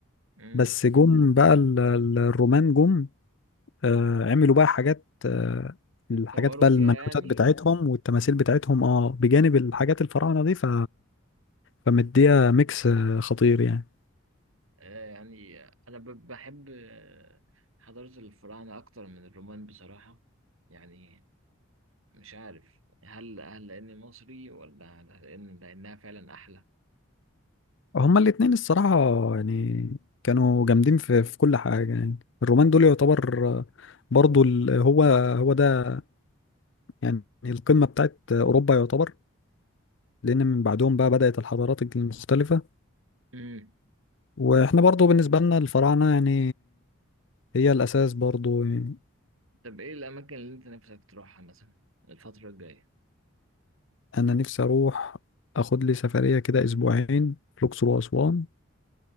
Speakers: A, on the right; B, on the left.
A: امم
B: بس جم بقى ال- ال- الرومان جم آه، عملوا بقى حاجات آه، الحاجات
A: طوروا
B: بقى المنحوتات
A: فيها يعني
B: بتاعتهم والتماثيل بتاعتهم اه بجانب الحاجات الفراعنة دي ف... فمديها ميكس آه، خطير يعني
A: آه، يعني أنا ب- بحب آه، حضارة الفراعنة أكتر من الرومان بصراحة يعني مش عارف هل هل لأني مصري ولا هل لأن لأنها فعلا أحلى
B: هما الاتنين الصراحة يعني كانوا جامدين في, في كل حاجة يعني الرومان دول يعتبر آه، برضو ال... هو هو ده يعني القمة بتاعت أوروبا يعتبر لأن من بعدهم بقى بدأت الحضارات المختلفة
A: مم.
B: وإحنا برضو بالنسبة لنا الفراعنة يعني هي الأساس برضو يعني.
A: طب إيه الأماكن اللي أنت نفسك تروحها مثلا الفترة الجاية
B: انا نفسي اروح اخد لي سفريه كده اسبوعين الاقصر واسوان